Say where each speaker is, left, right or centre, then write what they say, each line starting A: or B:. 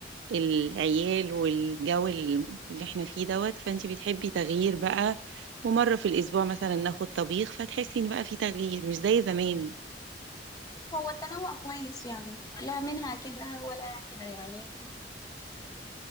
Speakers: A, on the right; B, on the left.
A: العيال والجو اللي احنا فيه دوت فانت بتحبي تغيير بقى ومرة في الأسبوع مثلا ناخد طبيخ فتحسي إن بقى في تغيير مش زي زمان
B: هو التنوع كويس يعني لا منها كده ولا كده يعني